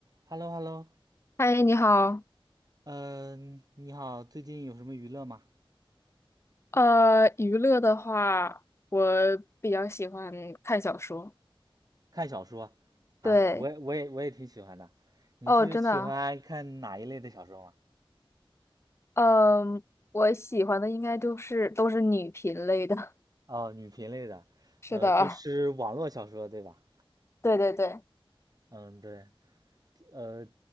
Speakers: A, on the right; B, on the left.
A: 哈喽哈喽，
B: 嗨，你好。
A: 嗯、你好，最近有什么娱乐吗？
B: 呃，娱乐的话，我比较喜欢看小说。
A: 看小说啊，
B: 对，
A: 我也我也我也挺喜欢的。你是喜欢看哪一类的小说吗？
B: 哦，真的啊嗯，我喜欢的应该就是都是女频类的。
A: 哦，女频类的，
B: <laughs> 是的，
A: 呃，就是网络小说，对吧？
B: 对对对。
A: 嗯，对，呃，